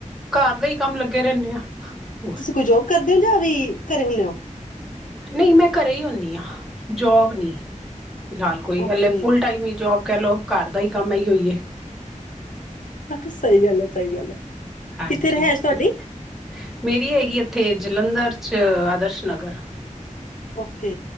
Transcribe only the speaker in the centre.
ਘਰ ਦੇ ਹੀ ਕੰਮ ਲੱਗੇ ਰਹਿੰਦੇ ਹਾਂ।
ਨਹੀਂ, ਮੈਂ ਘਰੇ ਹੀ ਹੁੰਦੀ ਹਾਂ। ਜੌਬ ਨਹੀਂ ਫਿਲਹਾਲ ਕੋਈ
ਫੁੱਲ-ਟਾਈਮ ਹੀ ਜੌਬ। ਕਹਿ ਲਓ, ਘਰ ਦਾ ਹੀ ਕੰਮ ਆਈ ਹੋਈ ਹੈ।
ਹਾਂ
ਜੀ,
ਅਤੇ
ਮੇਰੀ ਹੈਗੀ ਇੱਥੇ ਜਲੰਧਰ 'ਚ ਆਦਰਸ਼ ਨਗਰ